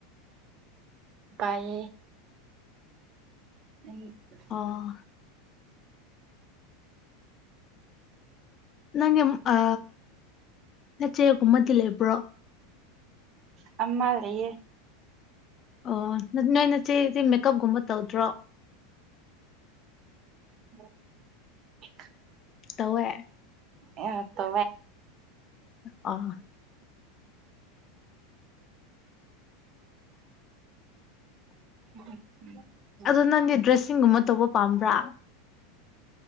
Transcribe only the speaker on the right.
ꯄꯥꯢꯌꯦ <inaudible>
ꯑꯃ ꯂꯩꯌꯦ
<unintelligible> <unintelligible>
ꯑ ꯇꯣ
ꯎꯝ ꯎꯝ